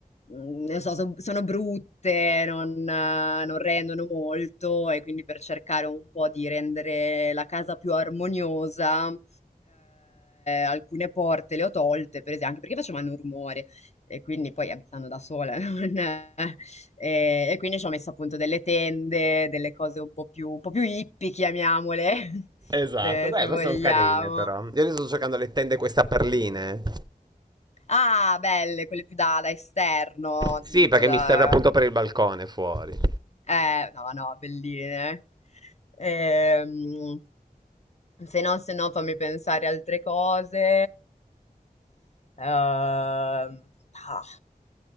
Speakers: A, on the left; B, on the right.
A: mhmm, non so, son sono brutte, non eh, non rendono molto e quindi per cercare un po' di rendere la casa più armoniosa, uhm, alcune porte le ho tolte, per ese anche perché facevano rumore e quindi poi abitando da sola <laughs> non ehm, e e quindi ci ho messo appunto delle tende, delle cose un po' più un po' più hippie chiamiamole, <laughs>
B: Esatto,
A: se
B: beh,
A: se vogliamo.
B: ma sono carine però. Io adesso sto cercando le tende questa perline.
A: Ah, belle, quelle più da da esterno,
B: Sì,
A: tipo
B: perché
A: da
B: mi serve appunto per il balcone fuori.
A: Eh, no, no, belline. Ehm, se no, se no, fammi pensare altre cose. Ehm, ah,